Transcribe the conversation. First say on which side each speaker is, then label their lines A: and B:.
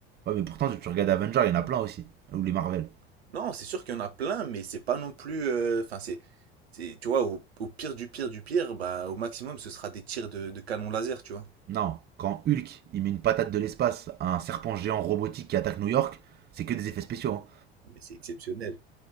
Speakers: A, on the right; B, on the right.
A: Ouais, mais pourtant, tu tu regardes Avengers, il y en a plein aussi. Ou les Marvel.
B: Non, c'est sûr qu'il y en a plein, mais c'est pas non plus. euh, Enfin, c'est, c'est, tu vois, au, au pire du pire du pire, bah, au maximum, ce sera des tirs de, de canon laser, tu vois.
A: Non, quand Hulk, il met une patate de l'espace à un serpent géant robotique qui attaque New York, c'est que des effets spéciaux. hein.
B: Mais c'est exceptionnel,